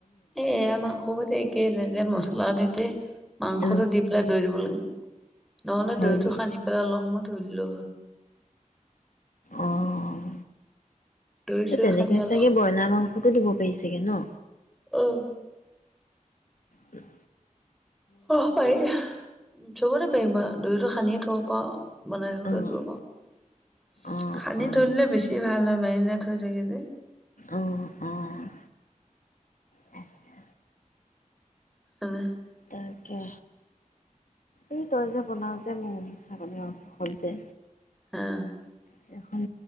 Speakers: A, in the centre; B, on the left (about 70°).
A: এই -এইয়া মাংসতে একে যে-যে মছ। খোলাদিতি <unintelligible> মাংসটো
B: অ
A: দি পেলাই দৈ দিব লাগে। নহ'লে
B: হয়
A: দৈটো
B: নেকি
A: সানি পেলাই অলপ সময়ত। দলু হৈ
B: অহ',
A: দৈ
B: তে',
A: চৈ
B: তেনেকে
A: সানি অলপ
B: চাগে ব্ৰইলাৰ মাংসটো দিব পাৰি ছাগে ন।
A: অ',
B: উম',
A: অহ', পাৰি জবৰে। কিবা দৈতো সানি থব পাৰ। বনাই থাকোতেও
B: অ',
A: <unintelligible> দিব পাৰো
B: অ',
A: খানি
B: অ',
A: থৈ দিলে বেছি ভাল হয় মানে। নে থৈ-থৈ গিলি।
B: অহ', - অহ', তাকে
A: অহ',
B: তাকে এই তই যে বনাও যে মোৰ ছাগলীৰ মংস হল যে।
A: অহ',
B: সেইখন